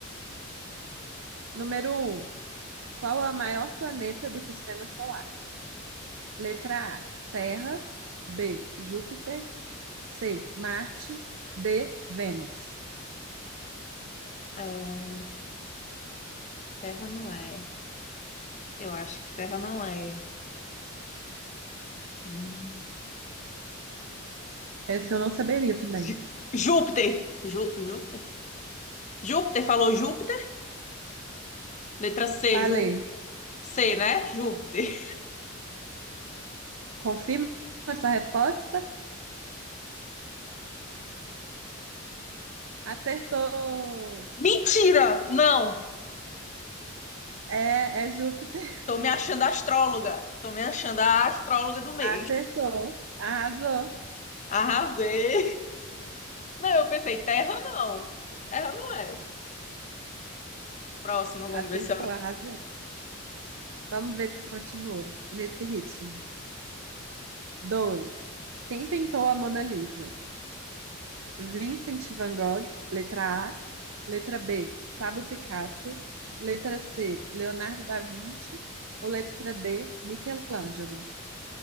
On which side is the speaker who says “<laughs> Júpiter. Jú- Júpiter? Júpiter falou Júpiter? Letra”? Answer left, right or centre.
Left